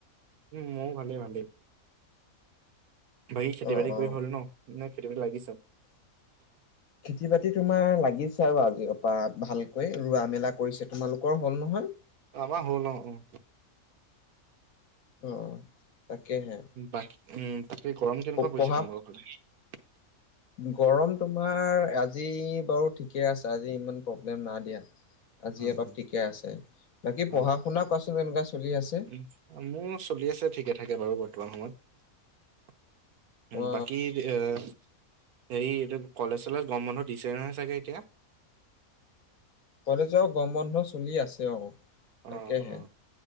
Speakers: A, on the right; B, on the left.
A: উম ময়ো ভালে ভালেই বাকী খেতি
B: অ
A: বাতি
B: অ
A: কৰি হ'ল ন? নে খেতি বাতিত লাগিচ?
B: খেতি বাতি তোমাৰ লাগিছে আৰু আজিৰ পৰা ভালকৈ ৰোৱা মেলা কৰিছে। তোমালোকৰ হ'ল নহয়?
A: আমা হ'ল অ উম।
B: অ তাকেহে।
A: বাকী উম তাকে গৰম কেনেকুৱা পৰিছে
B: পঢ়া
A: তোমালোকৰ ফালে?
B: গৰম তোমাৰ আজি বাৰু ঠিকে আছে, আজি ইমান প্ৰব্লেম নাই দিয়া। আজি
A: হয়
B: অলপ
A: হয়
B: ঠিকেই আছে। বাকী পঢ়া
A: হয়।
B: শুনা কোৱাচোন কেনেকুৱা চলি আছে।
A: উম মোৰ চলি আছে ঠিকে থাকে বাৰু বৰ্তমান সময়ত উম
B: অ
A: বাকী এহ হেৰি এইটো কলেজ চলেজ গৰম বন্ধ দিছে নহয় চাগে এতিয়া
B: কলেজৰ গৰম বন্ধ চলি আছে অহ
A: অ
B: তাকেহে
A: অ